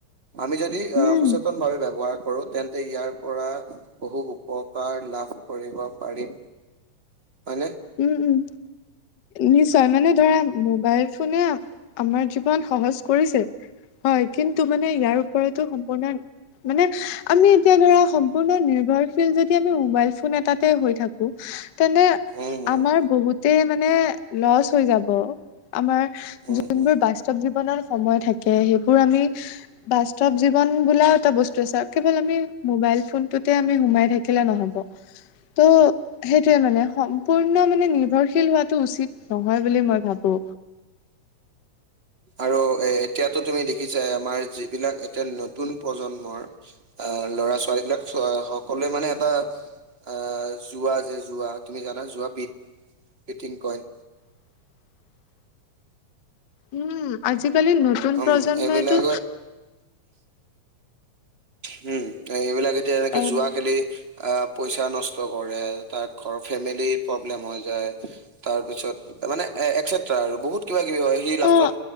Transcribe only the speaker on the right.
আমি যদি
অ, সচেতন ভাৱে ব্যৱহাৰ কৰো তেন্তে ইয়াৰ পৰা বহু উপকাৰ লাভ কৰিব পাৰিম। হয়নে
উম
উম
উম
উম
আৰু এ এতিয়াতো তুমি দেখিছা আমাৰ যিবিলাক এতিয়া নতুন প্ৰজন্মৰ আ, ল'ৰা ছোৱালী বিলাক সকলোৱে মানে এটা আ, জুৱা যে জুৱা তুমি যানা জুৱা পিঠ ফিটিং কয়।
উম
এইবিলাক হুম, এইবিলাক এতিয়া লৈকে
জুৱা খেলি পইচা নষ্ট কৰে তাত ঘৰৰ ফেমিলি প্ৰব্লেম হৈ যায় তাৰপিছত মানে এ একচেট্ৰা আৰু বহুত কিবা কিবি হয়, সি
লাষ্টত